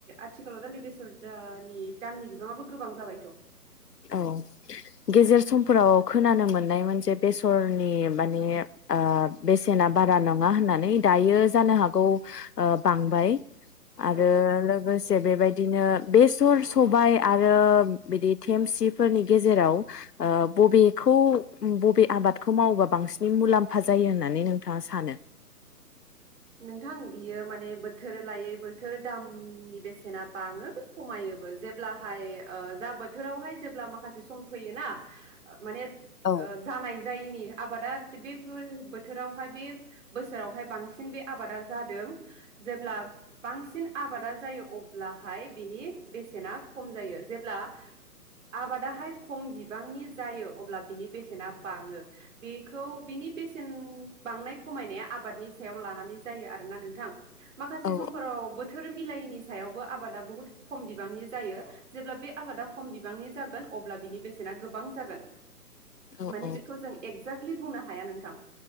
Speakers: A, on the right (about 50°); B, on the left (about 75°).
A: आथिखालाव दालि बेसरनि दामनि बिबाङाबो गोबां जाबायथ'।
B: औ गेजेर समफोराव खोनानो मोननायमोन जे बेसरनि माने ओ बेसेना बारा नङा होननानै दायो जानो हागौ ओ बांबाय। आरो
A: औ
B: लोगोसे बे-बेबायदिनो बेसर सबाय आरो बिदि थेमसिफोरनि गेजेराव ओ बबेखौ बबे आबादखौ मावोबा बांसिन मुलाम्फा जायो होननानै नोंथाङा सानो?
A: नोंथां बियो माने बोथोर लायै बोथोर दामनि बेसेना बाङो खमायोबो जेब्लाहाय ओ जा बोथोरावहाय जेब्ला माखासे सम फैयोना माने
B: औ
A: ओ जानाय जायैनि आबादा बे-बेफोर बोथोरावहाय बे बोसोरावहाय बांसिन फिन बे आबादा जादों जेब्ला बांसिन आबादा जायो अब्लाहाय बिनि बेसेना खम जायो जेब्ला आबादाहाय खम बिबांनि जायो अब्ला बिनि बेसेना बाङो बेखौ बिनि बेसेन बांनाय खमायनाया आबादनि स सायाव लानानै जायो आरोना नोंथां। माखासे
B: औ
A: समफोराव बो बोथोर मिलायैनि सायावबो आबादा बहुत खम बिबांनि जायो जेब्ला बे आबादा खम बिबांनि जागोन अब्ला बिनि बेसेना गोबां जागोन।
B: औ
A: माने
B: औ
A: बेखौ जों एग एक्जक्लि बुंनो हाया नोंथां।